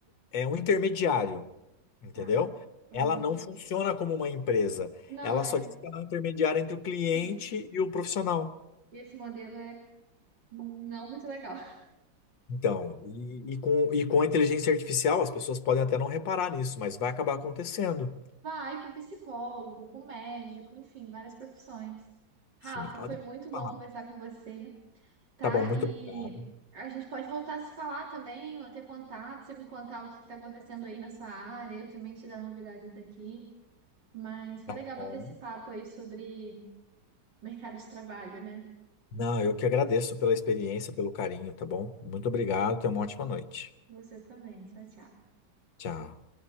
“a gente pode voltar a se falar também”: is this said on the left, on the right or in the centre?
Right